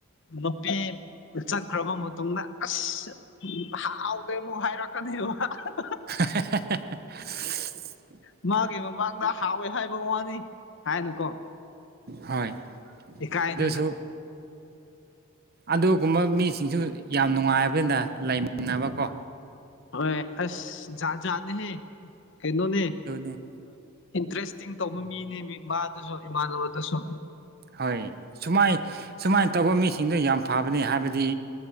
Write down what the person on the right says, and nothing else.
<inaudible>
ꯍꯁꯨ
ꯑꯗꯨꯒꯨꯝꯕ ꯃꯤꯁꯤꯡꯁꯨ ꯌꯥꯝ ꯅꯨꯡꯉꯥꯏꯕꯅꯤꯅ ꯂꯩꯃꯤꯟꯅꯕꯀꯣ
ꯑꯗꯨꯅꯤ
ꯍꯣꯏ ꯁꯨꯃꯥꯏ ꯁꯨꯃꯥꯏꯅ ꯇꯧꯕ ꯃꯤꯁꯤꯡꯗꯣ ꯌꯥꯝ ꯐꯕꯅꯤ ꯍꯥꯏꯕꯗꯤ